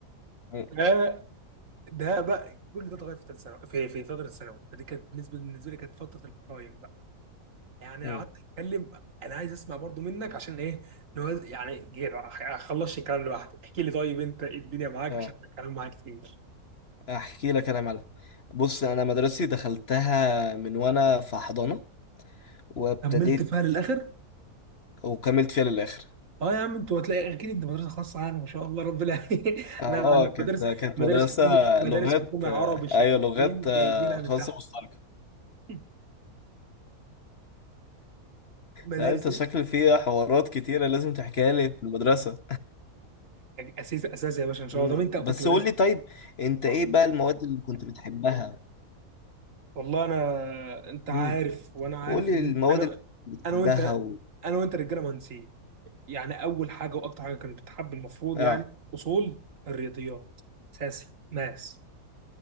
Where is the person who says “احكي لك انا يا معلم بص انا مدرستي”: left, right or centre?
Left